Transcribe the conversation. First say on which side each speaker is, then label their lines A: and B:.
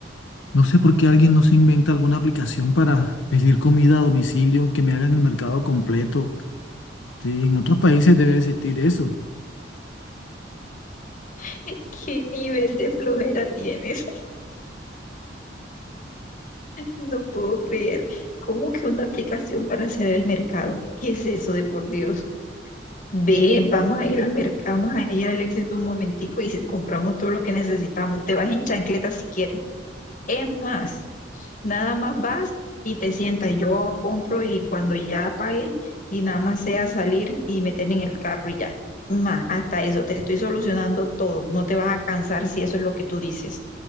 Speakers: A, on the left; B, on the left.
A: No sé por qué alguien no se inventa alguna aplicación para pedir comida a domicilio, que me hagan el mercado completo. Sí, en otros países debe existir eso,
B: <laughs> ¿Qué nivel de flojera tienes? <laughs> No puedo creer. ¿Cómo que una aplicación para hacer el mercado? ¿Qué es eso de por Dios? Ve, vamos a ir al mercado, vamos a ir al éxito un momentico y se- compramos todo lo que necesitamos. Te vas en chancletas si quieres. Es más, nada más vas y te sientas. Yo compro y cuando ya pague y nada más sea salir y meter en el carro y ya. Más, hasta eso, te estoy solucionando todo. No te vas a cansar si eso es lo que tú dices.